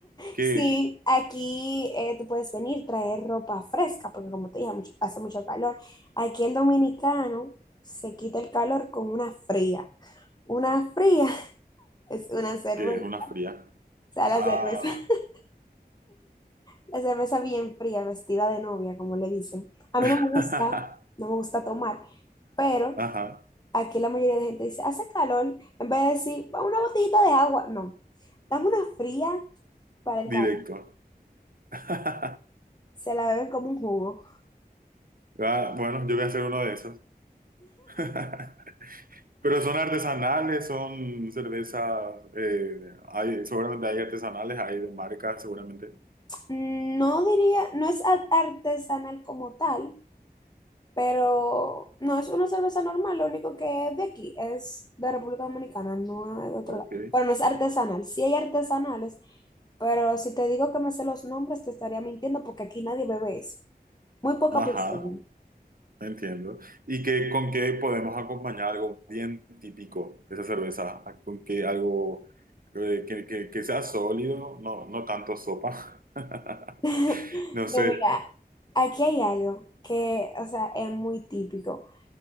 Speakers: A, on the right (about 60°); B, on the left (about 25°).
A: que,
B: Sí, aquí eh, tú puedes venir, traer ropa fresca, porque como te dije, mucho- hace mucho calor. Aquí el dominicano se quita el calor con una fría. Una fría <laughs> es una cerveza.
A: que es una fría.
B: O sea,
A: Ah.
B: la cerveza, <laughs> la cerveza bien fría, vestida de novia, como le dicen. A
A: <laughs>
B: mí no me gusta, no me gusta tomar, pero
A: Ajá,
B: aquí la mayoría de gente dice, hace calor, en vez de decir, "Pa, una botellita de agua, no, dame una fría para el
A: directo.
B: calor.
A: <laughs>
B: Se la beben como un jugo.
A: Ah, bueno, yo voy a hacer uno de esos. <laughs> Pero son artesanales, son cervezas, eh, hay, seguramente hay artesanales, hay de marca, seguramente.
B: Mm, No diría, no es a- artesanal como tal, pero no es una cerveza normal, lo único que es de aquí, es de República Dominicana, no es de otro
A: Ok,
B: lado. Pero no es artesanal, sí hay artesanales, Pero si te digo que me sé los nombres, te estaría mintiendo porque aquí nadie bebe eso. Muy poca
A: ajá,
B: persona.
A: entiendo. ¿Y qué, con qué podemos acompañar algo bien típico de esa cerveza? Ah, ¿Con qué algo eh, que, que- que sea sólido? No, no tanto sopa. <laughs>
B: <laughs>
A: No
B: No,
A: sé,
B: mira, aquí hay algo que, o sea, es muy típico.